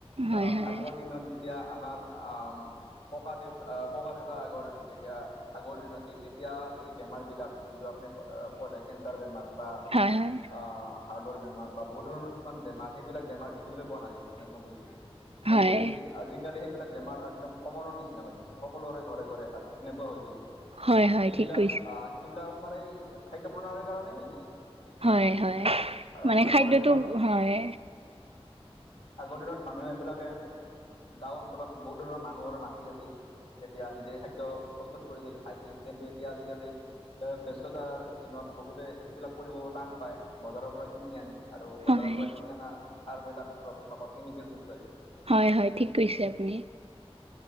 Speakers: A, on the right; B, on the left.
A: হয়
B: কাৰণ
A: হয়
B: আগৰ দিনত যেতিয়া আমাৰ আম- ককা দেউতা ককা দেউতাৰ আগৰ তেতিয়া আগৰ দিন আছিল তেতিয়া এই বেমাৰ বিলাক যোনটো আপুনি কলে কেঞ্চাৰ বেমাৰ বা
A: হয় হয়।
B: আহ হাৰ্টৰ বেমাৰ বা বহুত ধৰণ কিছুমান বেমাৰ সেইবিলাক বেমাৰ দে দেখিবলৈ পোৱা না নগৈছিল কিন্তে
A: হয়
B: আজি আজিকালি সেইবিলাক বেমাৰ একদম কমৰ নিচনা হৈ গৈছে সকলোৰে ঘৰে ঘৰে আছ- সেনেকুৱা হৈ গৈছে সেইবিলাক
A: হয় হয় হয় ঠিক কৈছে
B: আহ সেইবিলাক আপোনাৰ এই খাদ্য প্ৰণালীৰ কাৰণেই হৈ গৈছে।
A: হয় হয়
B: কাৰণ
A: মানে
B: আগৰ
A: খাদ্যটো
B: দিনত
A: হয়।
B: আগৰ দিনত মানুহে এইবিলাকে গাঁও অঞ্চলত বহুত ধৰণৰ মানুহৰ মাটি আছিল। তেতিয়া নিজে খাদ্য প্ৰস্তুত কৰিছিল খাইছিল কিন্তু এতিয়া আজিকালি ব্যস্ততাৰ দিনত বহুতে সেইবিলাক কৰিব টান পায়, বজাৰৰ পৰা কিনি আনে। আৰু
A: হয়
B: বজাৰৰ পৰা কিনি অনা সাৰবিলাক আপোনালোকৰ কেমিকেলযুক্তই
A: হয় হয় ঠিক কৈছে আপুনি